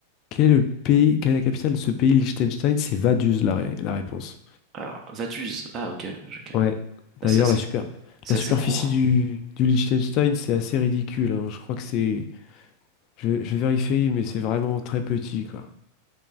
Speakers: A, on the left; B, on the right.
A: Quel est le pays, quelle est la capitale de ce pays, Liechtenstein? C'est Vaduz, la, ré- la réponse.
B: Alors, Vaduz. Ah, ok. ok.
A: Ouais. D'ailleurs,
B: Ah, c'est assez,
A: la super,
B: c'est
A: la superficie
B: assez court.
A: du, du Liechtenstein, c'est assez ridicule. hein. Je crois que c'est. Je, vais je vais vérifier, mais c'est vraiment très petit, quoi.